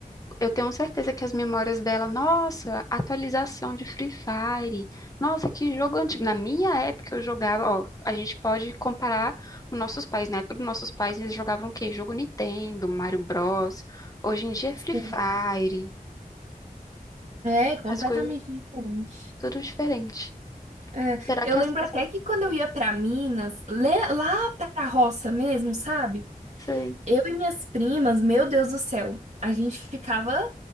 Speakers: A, on the left; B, on the right.
A: Eu tenho certeza que as memórias dela, nossa, atualização de Free Fire, nossa, que jogo antigo. Na minha época eu jogava, ó, a gente pode comparar os nossos pais. Na época dos nossos pais eles jogavam o quê? Jogo Nintendo, Mario Bros. Hoje em dia é Free
B: Sim.
A: Fire,
B: É completamente
A: as coisas
B: diferente.
A: tudo diferente.
B: É,
A: Será
B: eu
A: que
B: lembro
A: é sensação?
B: até que quando eu ia pra Minas, le- lá pra roça mesmo, sabe?
A: Sei,
B: Eu e minhas primas, meu Deus do céu, a gente ficava